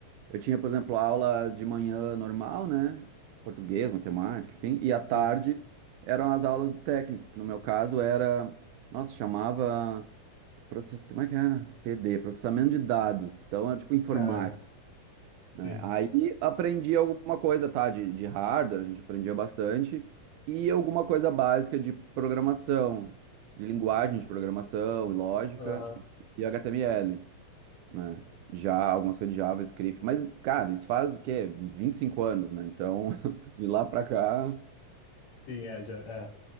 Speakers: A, on the right; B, on the left.
A: Eu tinha, por exemplo, aula de manhã normal, né? Português, matemática, enfim. E à tarde
B: <laughs> sim,
A: eram as aulas do técnico, que no meu caso era. Nossa, chamava. Process... Como é que era? PD, processamento de dados. Então, era tipo informática.
B: caramba,
A: né?
B: sim,
A: Aí aprendi alguma coisa, tá? De, de hardware, a gente aprendia bastante, e alguma coisa básica de programação, de linguagem de programação e lógica,
B: aham,
A: e HTML, né? Já algumas coisas de JavaScript, mas, cara, isso faz o quê? vinte e cinco anos, né? Então, <laughs> de lá pra cá,
B: sim, é, já, é.